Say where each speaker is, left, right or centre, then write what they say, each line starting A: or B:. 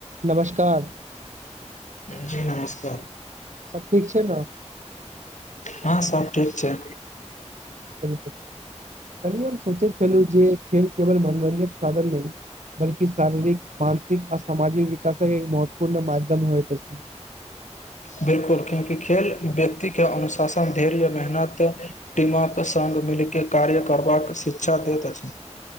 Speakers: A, on the right; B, on the left.
A: नमस्कार
B: जी नमस्कार
A: सब ठीक छै ने
B: हाँ सब ठीक छै
A: ब त सोचैत छल जे केवल मन मनोरञजक साधन नहि बल्कि क शारीरिक मानसिक आ सामाजिक विकासक एक महत्वपूर्ण माध्यम होइत अछि
B: बिल्कुल क्योंकि खेल व्यक्ति के अनुशासन धैर्य मेहनत दटिमक सान मिलके कार्य करबाक शिक्षा दैत अछि